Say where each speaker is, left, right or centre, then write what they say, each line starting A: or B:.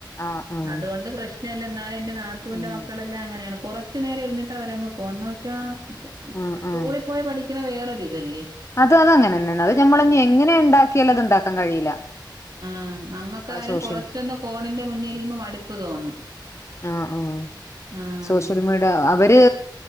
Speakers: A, on the left (about 35°); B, on the right (about 55°).
A: ആഹ് ആഹ്
B: അതുകൊണ്ട് പ്രശ് പ്രശ്നല്ല എന്നാലെ എന്റെ നാത്തൂന്റെ
A: ഉം
B: മക്കളെല്ലാം അങ്ങനേണ് കൊറച്ച് നേരഇര്ന്ന്ട്ട് അവരങ് പ്പോ എന്ന് വെച്ചാ
A: ആഹ്
B: സ്കൂളിൽ
A: ആഹ്
B: പോയി പഠിക്കണ വേറൊര് ഇതല്ലേ
A: അത് അത് അങ്ങനെ തന്നെയാണ് അത്ഞമ്മള് എങ്ങനെ ഉണ്ടാക്കിയാലും. അത് ഉണ്ടാക്കാൻ കഴിയില്ല.
B: ആഹ് നമ്മക്കാരും
A: നമ്മളെ സോഷ്യൽ
B: കുറച്ചൊന്ന് ഫോണിന്റെ മുന്നേ ഇരിക്കുമ്പോ മടുപ്പ് തോന്നും.
A: ആഹ് ആഹ്
B: ആഹ്
A: സോഷ്യൽ മീഡിയ അവര്.